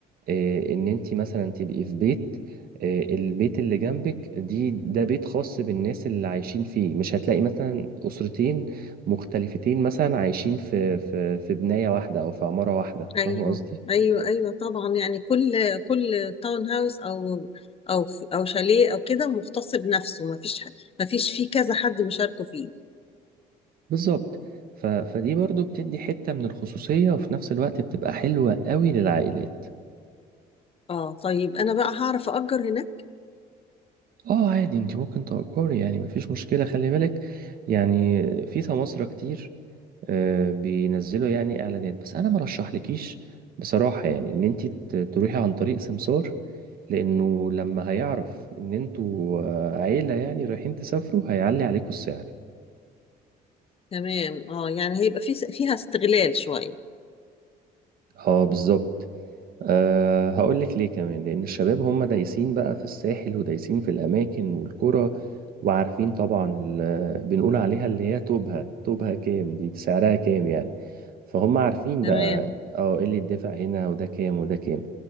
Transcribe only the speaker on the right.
آه، ان انت مثلا تبقي في بيت آه، البيت اللي جنبك دي ده بيت خاص بالناس اللي عايشين فيه مش هتلاقي مثلا اسرتين مختلفتين مثلا عايشين في في في بناية واحدة او في عمارة واحدة
فاهمة قصدي
بالظبط ف فدي برضو بتدي حتة من الخصوصية وفي نفس الوقت بتبقى حلوة قوي للعائلات
اه عادي انت ممكن تأجري يعني مفيش مشكلة خلي بالك يعني في سماسرة كتير آه، بينزلوا يعني اعلانات بس انا ما رشحلكيش بصراحة يعني ان انت ت- تروحي عن طريق سمسار لانه لما هيعرف ان انتوا آه، عيلة يعني رايحين تسافروا هيعلي عليكم السعر
اه بالظبط أه هقول لك ليه كمان لان الشباب هم دايسين بقى في الساحل ودايسين في الاماكن والقرى وعارفين طبعا ال- بنقول عليها اللي هي توبها توبها كام دي سعرها كام يعني فهم عارفين
بقى اه ايه اللي يدفع هنا وده كام وده كام